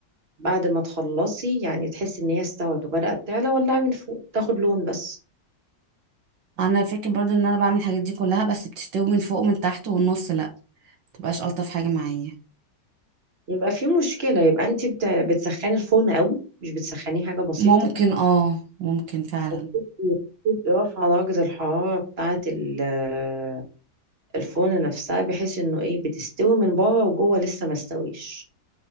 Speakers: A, on the right; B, on the right.
A: بعد ما تخلصي يعني تحسي ان هي استوت وبدأت تعلى ولعي من فوق تاخد لون بس
B: انا الفكرة برضو ان انا بعمل الحاجات دي كلها بس بتستوي من فوق ومن تحت والنص لا متبقاش الطف حاجة معايا
A: يبقى في مشكلة يبقى انت بت- بتسخني الفرن قوي مش بتسخنيه حاجة بسيطة
B: ممكن اه ممكن فعلا
A: وبتبقي بتبقي واقفة على درجة الحرارة بتاعة ال- آه، الفرن نفسها بحيث انه ايه بتستوي من بره وجوه لسه ما استويش